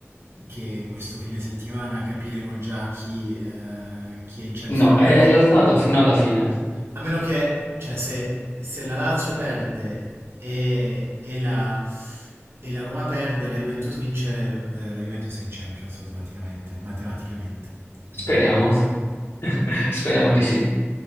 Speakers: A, on the right (about 60°); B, on the left (about 55°).
A: che questo fine settimana capiremo già chi, eh, chi è in Champions.
B: no,
A: A meno
B: è
A: che,
B: lottato fino alla fine.
A: a meno che, cioè, se, se la Lazio perde e, e la, e la Roma perde, la Juventus vince, eh, la Juventus è in Champions automaticamente, matematicamente. Quindi...
B: Speriamo, <laughs> speriamo di sì.